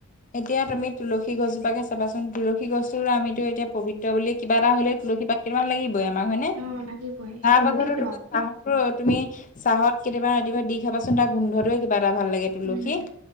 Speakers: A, on the left; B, on the right.
A: এতিয়া তুমি তুলসী গছজোপাকে চাবাচোন তুলসী গছটো আমিতো এতিয়া পবিত্ৰ বুলি কিবা এটা হলে তুলসী পাত কেইটান লাগিবই আমাক হয়নে,
B: অ লাগিবই সেইটো
A: হাহ বছটো
B: পবিত্ৰ
A: তোমাৰ হা- তুমি চাহত কেতিয়াবা ৰাতি পোৱা দি খাবাচোন তাৰ গোন্ধটোৱে কিবা এটা ভাল লাগে তুলসী
B: উম